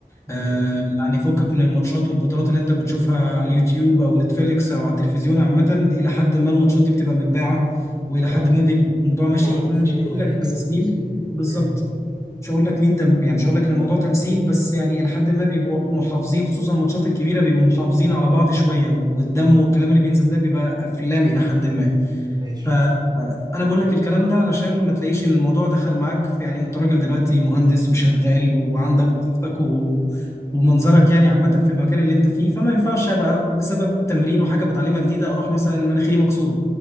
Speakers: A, on the right; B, on the left.
A: امم
B: آه، يعني فكك من الماتشات والبطولات اللي انت بتشوفها على اليوتيوب او نتفليكس او على التلفزيون عامه الى حد ما الماتشات دي بتبقى متباعه والى
A: اه
B: حد ما بيبقى الموضوع ماشي
A: معروف
B: مش
A: مين اللي
B: هقول
A: هيكسب
B: لك تمثيل
A: اصلا
B: بالظبط
A: امم
B: مش هقول لك مين تم... يعني مش هقول لك ان الموضوع تمثيل بس يعني الى حد ما بيبقوا محافظين خصوصا الماتشات الكبيره بيبقوا محافظين على بعض شويه والدم والكلام اللي بينزل ده بيبقى افلام الى حد ما
A: ماشي
B: فانا بقول لك الكلام ده علشان ما تلاقيش ان الموضوع دخل معاك في يعني انت راجل دلوقتي مهندس وشغال وعندك وظيفتك و... ومنظرك يعني عامه في المكان اللي انت فيه فما ينفعش ابقى بسبب تمرين وحاجه بتعلمها جديده اروح مثلا مناخيري مكسوره